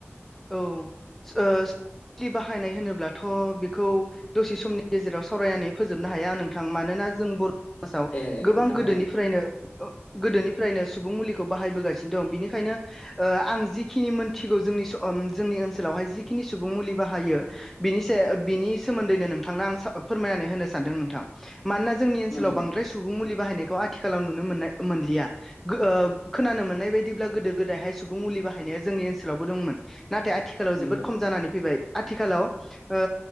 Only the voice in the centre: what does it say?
औ सो बाहायनाय होनोब्लाथ' बेखौ दसे समनि गेजेराव सावरायनानै फोजोबनो हाया नोंथां मानोना जों बर' समाजाव
गोबां गोदोनिफ्रायनो
गोदोनिफ्रायनो सुबुं मुलिखौ बाहायबोगासिनो दं बिनिखायनो ओ आं जिखिनि मोनथिगौ जोंनि जोंनि ओनसोलावहाय जिखिनि सुबुं मुलि बाहायो बिनि साया बिनि सोमोन्दैनो नोंथांनो आं फोरमायनानै होनो सानदों नोंथां मानोना जोंनि ओनसोलाव
बांद्राय सुबुं मुलि बाहायनायखौ आथिखालाव नुनो मोननाय मोनलिया गो ओ खोनानो मोननाय बायदिब्ला गोदो गोदायहाय सुबुं मुलि बाहायनाया जोंनि ओनसोलावबो दंमोन। नाथाय आथिखालाव
जोबोद खम जानानै फैबाय आथिखालाव ओ